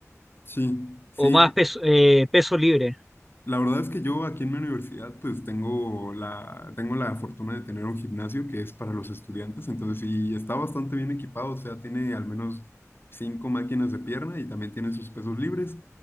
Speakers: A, on the left (about 40°); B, in the centre.
A: Sí, sí,
B: o más peso, eh, peso libre?
A: La verdad es que yo aquí en mi universidad pues tengo la, tengo la fortuna de tener un gimnasio que es para los estudiantes, entonces sí está bastante bien equipado, o sea, tiene al menos cinco máquinas de pierna y también tiene sus pesos libres.